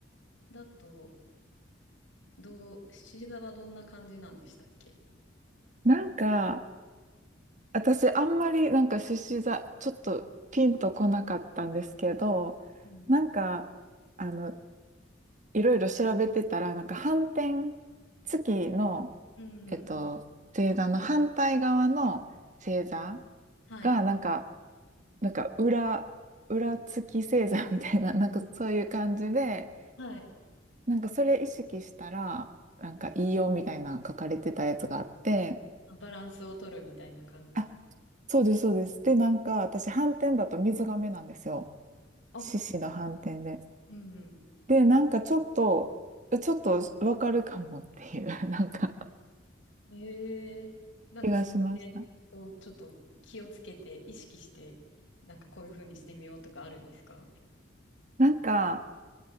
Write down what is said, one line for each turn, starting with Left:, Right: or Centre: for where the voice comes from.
Left: だと、どう、七座はどんな感じなんでしたっけ
Right: なんか、私、あんまりなんか獅子座、ちょっとピンとこなかったんですけど、
Left: うん、
Right: なんか、あの、いろいろ調べてたら、なんか反転、月の、
Left: うんうん。
Right: えっと、星座の反対側の星座
Left: はい。
Right: が、なんか、なんか裏、裏月星座みたいな、なんかそういう感じで、
Left: はい。
Right: なんかそれ意識したら、なんかいいよみたいな書かれてたやつがあって、
Left: あバランスを取るみたいな感じです。
Right: あ、そうです、そうです。で、なんか私、斑点だと水亀なんですよ。
Left: あ、
Right: 獅子の斑点で。
Left: うん
Right: で、なんかちょっと、ちょっとわかるかもっていう、<laughs> なんか
Left: うん。ええなんかそれをちょっと気をつけて、
Right: 気がしました。
Left: 意識して、なんかこういうふうにしてみようとかあるんですか
Right: なんか、